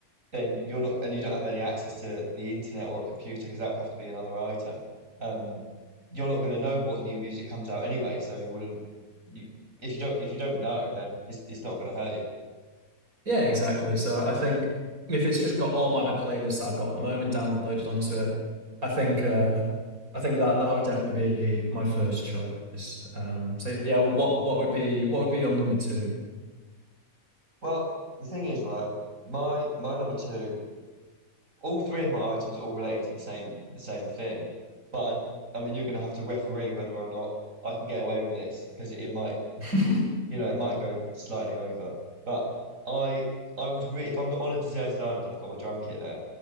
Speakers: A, on the right; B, on the right.
A: then you're not, and you don't have any access to the internet or a computer because that would have to be another item. Um, you're not going to know what new music comes out anyway, so you wouldn't. You, if you don't, if you don't know, then it's it's not going to hurt you.
B: Yeah, exactly. So I think if it's just got all my playlists that I've got at the moment downloaded onto it, I think uh I think that that would definitely be my first choice. Um so yeah, what what would be what would be on number two?
A: Well, the thing is, right? My my number two, all three of my items are all relating to the same the same thing, but I, I mean, you're going to have to referee whether or not I can get away with this because it, it might
B: <laughs>
A: you know, it might go slightly over. But I I would really if I'm on a deserted island, I've got my drum kit there.